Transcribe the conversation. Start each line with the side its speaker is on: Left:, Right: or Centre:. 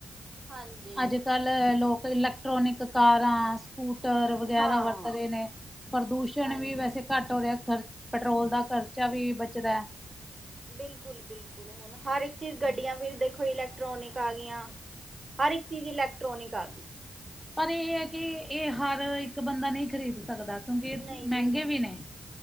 Right: ਹਾਂਜੀ
Centre: ਅੱਜ-ਕਲ ਲੋਕ ਇਲੈਕਟ੍ਰੋਨਿਕ ਕਾਰਾਂ ਸ ਕੂਟਰ ਵਗੈਰਾ
Right: ਹਾਂ
Centre: ਵਰਤਦੇ ਨੇਂ। ਪ੍ਰਦੂਸ਼ਣ
Right: ਹਾਂਜੀ
Centre: ਵੀ ਵੈਸੇ ਘੱਟ ਹੋ ਰਿਆ ਖਰ ਪੈਟਰੋਲ ਦਾ ਖਰਚਾ ਵੀ ਬਚਦਾ।
Right: ਬਿਲਕੁਲ-ਬਿਲਕੁਲ। ਹੁਣ ਹਰ ਇੱਕ ਚੀਜ਼
Centre: ਹੈ।
Right: ਗੱਡੀਆਂ ਵੀ ਦੇਖੋ ਇਲੈਕ ਟ੍ਰੋਨਿਕ ਆ ਗਈਆਂ ਹਰ ਇੱਕ ਚੀਜ਼ ਇਲੈਕਟ੍ਰੋਨਿਕ ਆ ਗਈ।
Centre: ਪਰ ਏ ਐ ਕਿ ਏ ਹਰ ਇੱਕ ਬੰਦਾ ਨਈਂ ਖਰੀਦ ਸਕਦਾ। ਕਿਉਂਕਿ ਇਹ
Right: ਨਈਂ
Centre: ਮਹਿੰਗੇ
Right: ਜੀ ਨਈਂ,
Centre: ਵੀ ਨੇ।